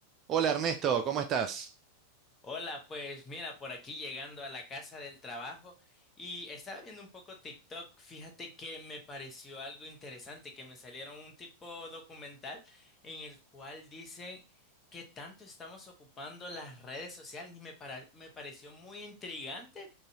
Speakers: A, on the right (about 30°); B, on the left (about 20°).
A: Hola Ernesto, ¿cómo estás?
B: Hola, pues mira, por aquí llegando a la casa del trabajo y estaba viendo un poco TikTok. Fíjate que me pareció algo interesante, que me salieron un tipo documental en el cual dicen qué tanto estamos ocupando las redes sociales y me, para- me pareció muy intrigante